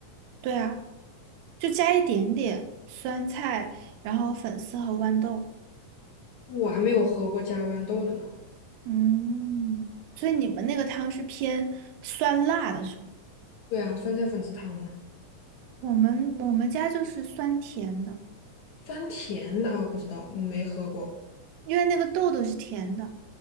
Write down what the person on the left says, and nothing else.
我还没有喝过加豌豆的呢。
对啊，酸菜粉丝汤吗？
酸甜的啊，不知道，没喝过。